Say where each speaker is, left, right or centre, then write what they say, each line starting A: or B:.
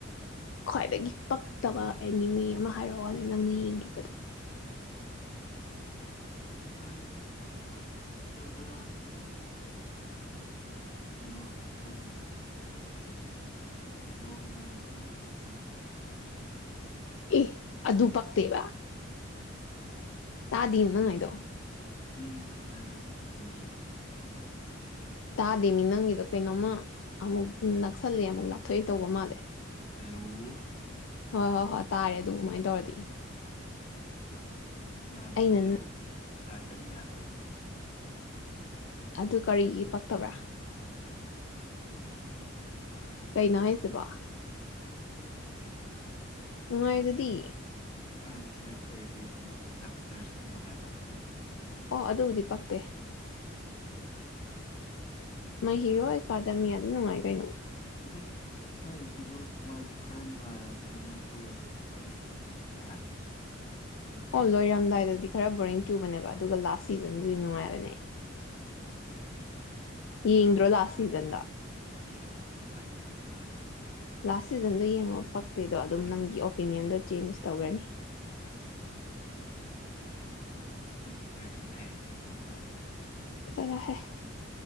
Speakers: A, on the left (about 65°); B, on the left (about 35°).
A: ꯈ꯭ꯋꯥꯏꯗꯒꯤ ꯄꯛꯇꯕ ꯑꯦꯅꯤꯃꯦ ꯑꯃ ꯍꯥꯏꯔꯛꯑꯣꯅꯦ ꯅꯪꯅ ꯌꯦꯡꯈꯤꯕꯗ
B: ꯈ꯭ꯋꯥꯏꯗꯒꯤ ꯄꯛꯇꯕ ꯀꯩꯅꯣ ꯀꯔꯤ ꯍꯤꯔꯣ ꯃꯥꯏ ꯍꯤꯔꯣ ꯇꯤꯀꯥꯗꯌꯥ
A: ꯑꯦ ꯑꯗꯨ ꯄꯛꯇꯦꯕ ꯇꯥꯗꯦ ꯅꯪ ꯍꯥꯏꯗꯣ
B: ꯎꯝ ꯑꯗꯨ ꯑꯗꯨ ꯄꯛꯇꯤ ꯑꯗꯨ ꯀꯔꯤꯅꯤ
A: ꯇꯥꯗꯦ ꯃꯤ ꯅꯪꯒꯤꯗꯣ ꯀꯩꯅꯣꯝꯃ ꯑꯃꯨꯛ ꯅꯛꯁꯜꯂ ꯑꯃꯨꯛ ꯂꯥꯞꯊꯣꯛꯏ ꯇꯧꯕ ꯃꯥꯜꯂꯦ
B: ꯍꯜꯂꯣ
A: ꯍꯣꯏ ꯍꯣꯏ ꯍꯣꯏ ꯇꯥꯔꯦ ꯑꯗꯨꯃꯥꯏꯅ ꯇꯧꯔꯗꯤ
B: ꯃꯥꯏ
A: ꯑꯩꯅ
B: ꯍꯦꯔꯣ ꯀꯥꯗ ꯌꯥꯕ꯭ꯔꯥ ꯑꯗꯨꯗ
A: ꯑꯗꯨ ꯀꯔꯤꯒꯤ ꯄꯛꯇꯕ꯭ꯔꯥ
B: ꯑꯦ ꯄꯛꯇꯤ
A: ꯀꯩꯅꯣ ꯍꯥꯏꯁꯤꯕꯣ ꯅꯨꯡꯉꯥꯏꯗꯨꯗꯤ
B: ꯑꯉꯥꯡ ꯃꯆꯥ ꯑꯇ ꯑꯗꯩꯗꯤ ꯗꯥꯛꯇꯔ ꯁꯇꯣꯟ ꯍꯥꯏꯕ꯭ꯔꯥ ꯑꯗꯨꯑꯃ
A: ꯑꯣ ꯑꯗꯨꯕꯨꯗꯤ ꯄꯛꯇꯦ ꯃꯩ ꯍꯤꯔꯣ
B: ꯑꯉꯥꯡ
A: ꯑꯦꯀꯥꯗꯃꯤꯌꯥꯗꯤ ꯅꯨꯡꯉꯥꯏ ꯀꯩꯅꯣ
B: ꯑꯗꯨꯝ ꯈꯔ ꯏꯄꯤꯁꯣꯠ ꯋꯥꯟ ꯈꯔ ꯅꯨꯡꯉꯥꯏꯔꯝꯃꯦ ꯑꯗꯨꯒ ꯑꯗꯨꯝ ꯄꯛꯂꯝꯛꯇꯦ ꯕꯣꯔꯤꯡ ꯆꯥꯔꯦ ꯀꯩꯅꯣ
A: ꯑꯣ
B: ꯈꯪꯗꯦ
A: ꯂꯣꯏꯔꯝꯗꯥꯏꯗꯗꯤ ꯈꯔ ꯕꯣꯔꯤꯡ ꯆꯨꯕꯅꯦꯕ ꯑꯗꯨꯒ ꯂꯥꯁ ꯁꯤꯖꯟꯗꯨꯗꯤ ꯅꯨꯡꯉꯥꯏꯕꯅꯦ ꯌꯦꯡꯗ꯭ꯔꯣ ꯂꯥꯁ ꯁꯤꯖꯟꯗꯣ
B: ꯌꯦꯡꯗꯦ ꯇꯟꯗꯅ ꯇꯣꯛꯑꯦ
A: ꯂꯥꯁ ꯁꯤꯖꯟꯗꯣ ꯌꯦꯡꯉꯣ ꯄꯛꯇꯦꯗꯣ
B: ꯑꯗꯩ
A: ꯑꯗꯨꯝ ꯅꯪꯒꯤ ꯑꯣꯄꯤꯅꯤꯌꯟꯗꯣ ꯆꯦꯟꯖ ꯇꯧꯈ꯭ꯔꯅꯤ
B: ꯑꯉꯥꯡ ꯃꯆꯥ ꯌꯥꯝ ꯇꯥꯏꯌꯦꯅ ꯇꯣꯛꯈ꯭ꯔꯕꯅꯤ
A: ꯆꯠꯂꯣꯍꯦ